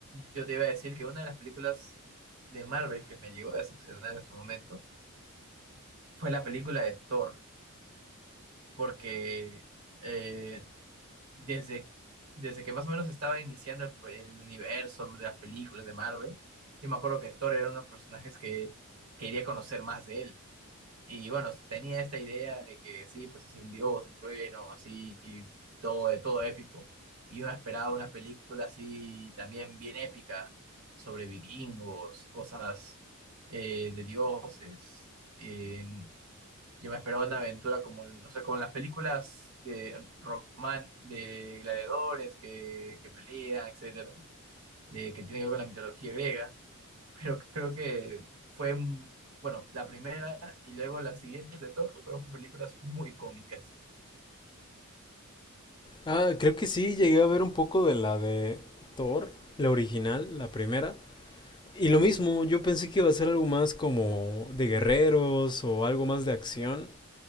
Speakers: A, on the right; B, on the left.
A: yo te iba a decir que una de las películas de Marvel que me llegó a decepcionar en su momento fue la película de Thor, porque eh, desde, desde que más o menos estaba iniciando el, pro- el universo de las películas de Marvel, yo me acuerdo que Thor era uno de los personajes que quería conocer más de él Y bueno, tenía esta idea de que sí, pues es el dios, el trueno, así, y todo, todo épico. Y uno esperaba una película así también bien épica, sobre vikingos, cosas eh, de dioses. Eh, yo me esperaba una aventura como, no sé, como las películas de román, de gladiadores que, que pelean, etcétera, de, que tiene que ver con la mitología griega pero creo que fue, mm, bueno, la primera y luego las siguientes de Thor fueron películas muy cómicas.
B: Ah, creo que sí, llegué a ver un poco de la de Thor, la original, la primera. Y lo mismo, yo pensé que iba a ser algo más como de guerreros o algo más de acción.